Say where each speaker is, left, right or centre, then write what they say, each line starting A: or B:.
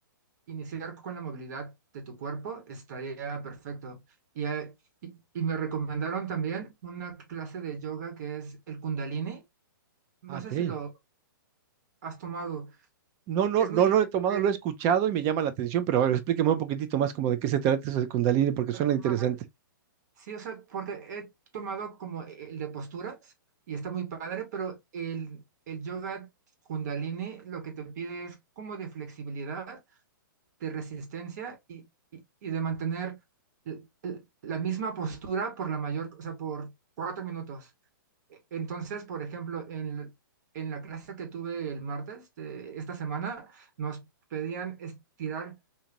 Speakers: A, on the right; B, on the right.
A: iniciar con la movilidad de tu cuerpo estaría perfecto. Y, eh, y, y me recomendaron también una clase de yoga que es el Kundalini, no
B: ah Ok.
A: sé si lo has tomado,
B: No, no,
A: es
B: no
A: muy diferente
B: lo he tomado, lo he escuchado y me llama la atención, pero a ver, explíqueme un poquitito más como de qué se trata eso de Kundalini porque
A: al
B: suena
A: normal,
B: interesante.
A: Sí, o sea, porque he tomado como el de posturas y está muy padre, pero el, el yoga Kundalini lo que te pide es como de flexibilidad, de resistencia y, y, y de mantener l- l- la misma postura por la mayor, o sea, por cuatro minutos. E- Entonces, por ejemplo, en, en la clase que tuve el martes de esta semana, nos pedían estirar